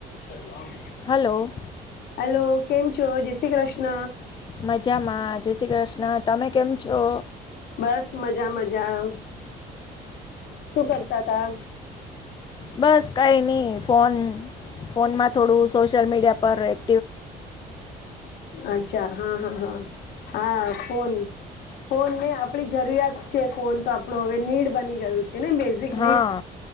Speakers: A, on the left; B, on the left.
A: સલામ
B: હલો.
A: હલો કેમ છો? જય શ્રી ક્રશ્ર્ન.
B: મજામાં, જય શ્રી ક્રશ્ર્ન. તમે કેમ છો?
A: બસ મજા મજા આવ શું કરતા હતા.
B: બસ કઈ નહીં ફોન ફોનમાં થોડું સોશિયલ મીડિયા પર એક
A: અચ્છા હા હા હા હા ફોન ફોન ને આપડી જરૂરિયાત છે ફોન તો આપડુ હવે નીડ બની ગયું છે ને નીડ. બેઝિક
B: હા